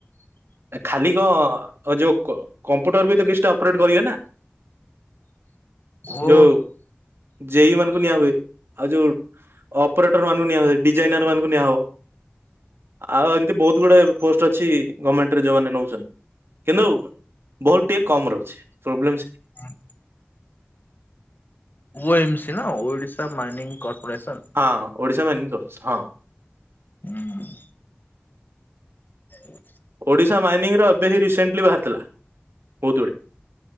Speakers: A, on the right (about 70°); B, on the left (about 50°).
A: ଖାଲି କଣ ଯୋଉ କମ୍ପୁଟର ବି ତ କିଛିଟା ଅପରେଟ କରିବେ ନା।
B: ଓ।
A: ଯୋଉ ଜେଇ ମାନଙ୍କୁ ନିଆ ହୁଏ ଆଉ ଯୋଉ ଅପରେଟର ମାନଙ୍କୁ ନିଆ ଡିଜାଇନର ମାନଙ୍କୁ ନିଆହବ। ଆଉ ଏମତି ବହୁତ ଗୁଡ଼ାଏ ପୋଷ୍ଟ ଅଛି ଗର୍ମେଣ୍ଟ ରେ ନଉଚନ୍ତି କିନ୍ତୁ ବହୁତ ଟିକେ କମ ରହୁଛି ପ୍ରୋବ୍ଲେ
B: ହଁ। ଓ ଏମ ସି ନା ଓଡିଶା ମାଇନିଂ କର୍ପୋରେସନ
A: ହଁ ଓଡିଶା ମାଇନିଙ୍ଗ ଅଫିସ ହଁ।
B: ହୁଁ। ହ।
A: ଓଡ଼ିଶା ମାଇନିଂର ଏବେ ହିଁ ରିସେଣ୍ଟଲି ବାହାରିଥିଲା ବହୁତ ଗୁଡେ।